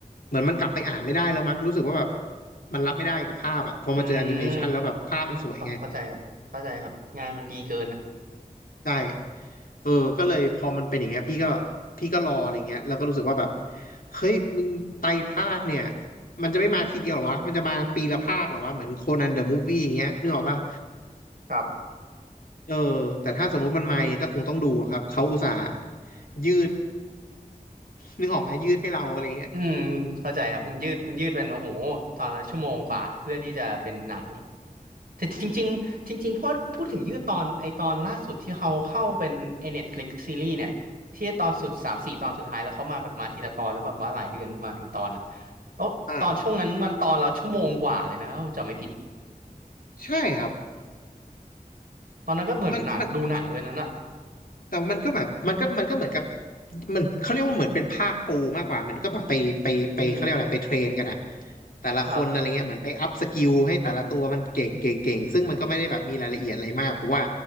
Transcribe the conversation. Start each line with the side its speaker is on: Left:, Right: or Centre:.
Left: เหมือนมันกลับไปอ่านไม่ได้แล้วมั้งรู้สึกว่าแบบมันรับไม่ได้กับภาพอ่ะพอมาเจอแอนิเมชันแล้วแบบภาพมันสวยไง
Right: อืมเข้าเข้าเข้าใจครับเข้าใจครับงานมันดีเกินอะ
Left: ใช่เออก็เลยพอมันเป็นอย่างเงี้ยพี่ก็พี่ก็รออะไรเงี้ยแล้วก็รู้สึกว่าแบบเฮ้ยมึงไตรภาคเนี่ยมันจะไม่มาทีเดียวเหรอวะมันจะมาปีละภาคเหรอวะเหมือนโคนันเดอะมูฟวี่อย่างเงี้ยนึกออกปะ
Right: ครับ
Left: เออแต่ถ้าสมมติมันมาก็คงต้องดูอะครับเขาอุตส่าห์ยืดนึกออกไหมยืดให้เราอะไรเงี้ย
Right: อืมเข้าใจครับมันยืดมันยืดเป็นโอ้โหตอนละชั่วโมงกว่าเพื่อที่จะเป็นหนังอะแต่จริงๆจริงๆพอพูดถึงยืดตอนไอตอนล่าสุดที่เขาเข้าเป็นไอ Netflix ซีรีส์เนี่ยที่ตอนสุดสามสี่ตอนสุดท้ายแล้วเขามาแบบมาทีละตอนแล้วแบบว่าหลายเดือนมาถึงตอนอ่ะแล้วตอนช่วงนั้นมันตอนละชั่วโมงกว่าเลยนะถ้าผมจำไม่ผิด
Left: อ่าใช่ครับ
Right: ตอนนั้นก็เหมือนหนังดูหนังเลยนั้นอ่ะ
Left: มันมัน แต่มันก็แบบมันก็มันก็เหมือนกับมันเขาเรียกว่าเหมือนเป็นภาคปูมากกว่ามันก็แบบไปไปไปเขาเรียกอะไรไปเทรนกันอะ
Right: อืม
Left: แต่ละคนอะไรเงี้ยเหมือนไปอัพสกิลให้แต่ละตัวมันเก่งเก่งเก่งซึ่งมันก็ไม่ได้แบบมีรายละเอียดอะไรมากเพราะว่า
Right: ครับ